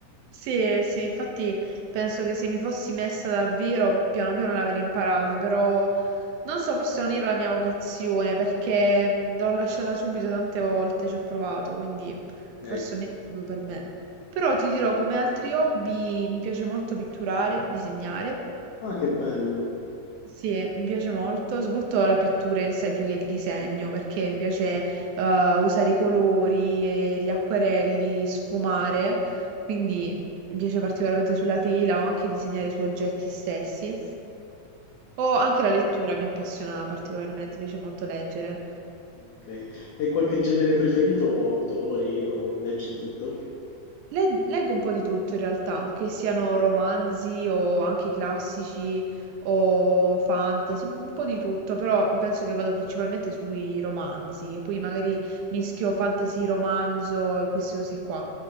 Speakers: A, on the right (about 75°); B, on the left (about 85°).
A: Sì, sì, infatti penso che se mi fossi messa davvero, piano piano l'avrei imparata, però non so, forse non era la mia vocazione, perché mh, l'ho lasciata subito tante volte, ci ho provato, quindi
B: okay.
A: forse non è proprio per me. Però ti dirò, come altri hobby, mi piace molto pitturare, disegnare.
B: Ah, che bello,
A: Sì, mi piace molto, soprattutto la pittura in sé più che il disegno, perché mi piace eh, usare i colori, e gli acquerelli, sfumare, quindi mi piace particolarmente sulla tela o anche disegnare su oggetti stessi. O anche la lettura mi appassiona particolarmente, mi piace molto leggere.
B: okay. Hai qualche genere preferito o autori o leggi di tutto?
A: Le- leggo un po' di tutto in realtà, che siano romanzi o anche classici o fantasy, un po' di tutto, però penso che vado principalmente sui romanzi, che poi magari mischio fantasy, romanzo e queste cose qua.